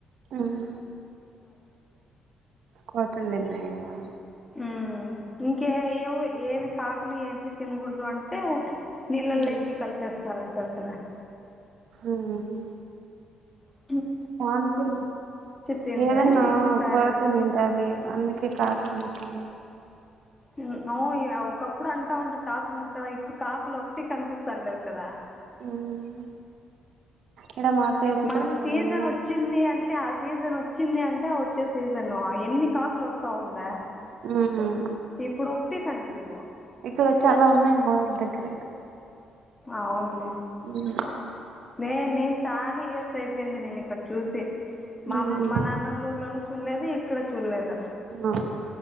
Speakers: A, on the right; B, on the left.
A: ఉమ్ కోతులన్నాయా
B: మ్మ్ ఇంకే ఏవు ఏవి కాకులు ఏంటివి తినకూడదు అంటే నిళ్లల్లేకి
A: ఉమ్
B: కలిపేస్తారు ఉంటారు కద.
A: ఉమ్
B: అ
A: దానికి
B: తిన్నాయి
A: ఏదన్నా
B: ఇంకా
A: కొరత వున్నింటాది అందుక్ కే కాదు టూ
B: ఉమ్ ఓ ఇయ ఒకప్పుడు అంటా ఉండ కాకులు ముట్టన ఇప్పుడు, కాకులు ఒట్టి కనిపిస్తానే లేవు కదా.
A: ఉమ్ ఈడ మా సైడయితే
B: మనం
A: చాలఉన్నాయి
B: సీజన్ వచ్చింది అంటే ఆ సీజన్ వచ్చింది అంటే వచ్చే సీజను ఎన్ని కాకులు వస్తావుండ
A: ఉమ్
B: ఇప్పుడు ఒకటే కనిపివ్
A: ఇక్కడ చాలా ఉన్నయి మా ఊర్ దగ్గర
B: అవునులే
A: ఉ
B: నే నేను చాన ఇయర్స్ అయిపోయింది నేను ఇక్కడ చూసి, మా
A: ఉమ్
B: అమ్ మా నాన్నోల్ల ఊరిలోను చూల్లేది ఇక్కడ చూడలేదు.
A: ఆ